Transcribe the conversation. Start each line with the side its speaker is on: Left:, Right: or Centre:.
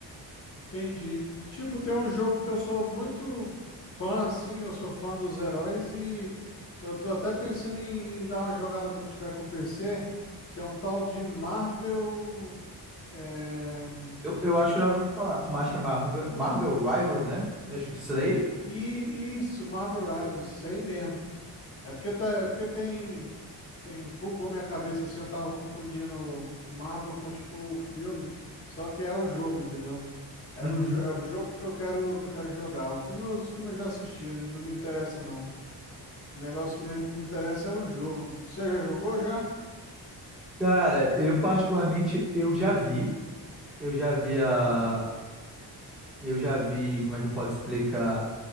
Left: entendi. Tipo, tem um jogo que eu sou muito fã, assim, eu sou fã dos heróis e eu tô até pensando em, em dar uma jogada quando eu tiver com o PC, que é um tal de Marvel. É, hum,
Centre: Eu, eu acho que eu já ouvi falar, mas acho que é Marvel, Marvel Rivals, né? Eu acho que é isso daí.
Left: e isso, Marvel Rivals, sei mesmo. É porque, tá, é porque tem, tem. Bugou minha cabeça assim, eu tava confundindo Marvel com tipo o filme, só que é o jogo, entendeu? Era
Centre: Uhum.
Left: o, jo- é o jogo que eu quero que eu quero jogar. O filme, os filmes eu já assisti, não me interessa não. O negócio mesmo que me interessa é o jogo. Você já jogou já?
Centre: Cara, eu particularmente eu já vi, eu já vi a,
Left: Uhum.
Centre: eu já vi, como é que eu posso explicar?